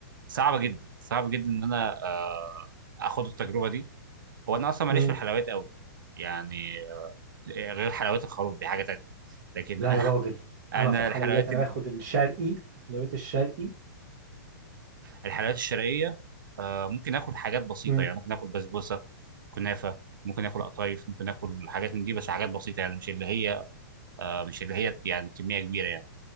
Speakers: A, on the right; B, on the right.
A: صعبه جدا صعب جدا ان انا آه، اخد التجربه دي هو انا اصلا ماليش
B: امم
A: في الحلويات قوي يعني آه، غير حلويات الخروف دي حاجه تانية لكن
B: لا
A: انا
B: يا راجل
A: <laughs> أنا
B: انا في الحلويات
A: الحلويات
B: انا
A: ال-
B: باخد الشرقي حلويات الشرقي
A: الحلويات الشرقيه آه، ممكن اكل حاجات بسيطه
B: مم.
A: يعني ممكن اكل بسبوسه كنافه ممكن اكل قطايف ممكن اكل حاجات من دي بس حاجات بسيطه يعني مش اللي هي آه، مش اللي هي يعني كميه كبيره يعني